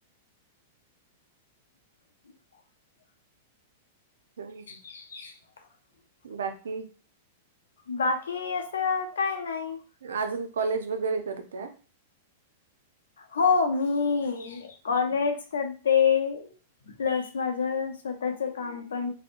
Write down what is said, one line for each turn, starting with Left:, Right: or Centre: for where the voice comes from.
Left: <inaudible>
Right: हम्म.
Left: <inaudible>
Right: बाकी?
Left: बाकी असं काय नाही.
Right: अजून कॉलेज वगैरे करताय?
Left: हो मी कॉलेज करते. प्लस माझ स्वतःच काम पण